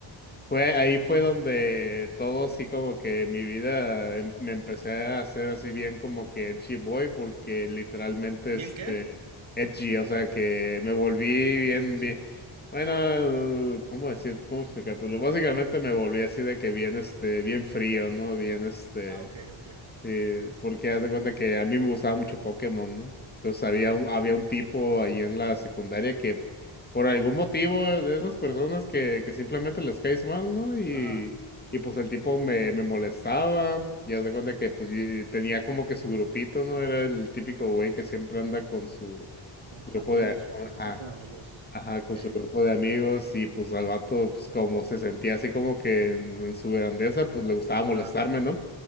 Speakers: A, on the left; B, on the right.
A: fue ahí fue donde todo sí como que mi vida em- me empecé a hacer así bien como que edgy boy porque literalmente
B: ¿Bien
A: este
B: qué?
A: edgy, o sea que me volví
B: ¿Con
A: bien
B: qué es eso?
A: bien bueno, eh, ¿cómo decir? ¿Cómo explicártelo? Básicamente me volví así de que bien este bien frío, ¿no? Bien este
B: Ah, ok, ok.
A: eh, porque haz de cuenta que a mí me gustaba mucho Pokémon, ¿no? Entonces había
B: Ajá,
A: un, había un tipo ahí en la secundaria que por algún motivo de esas personas que, que simplemente les caes mal, ¿no? Y,
B: ajá.
A: y pues el tipo me, me molestaba, y haz de cuenta que pues yo tenía como que su grupito, ¿no? Era el típico güey que siempre anda con su
B: Con sus
A: grupo
B: amigos,
A: de... a-
B: con
A: Ajá.
B: su grupito de amigos.
A: Ajá, con
B: Eh,
A: su grupo de amigos y pues al vato pues como se sentía así como que en, en su grandeza pues le gustaba
B: ajá.
A: molestarme, ¿no?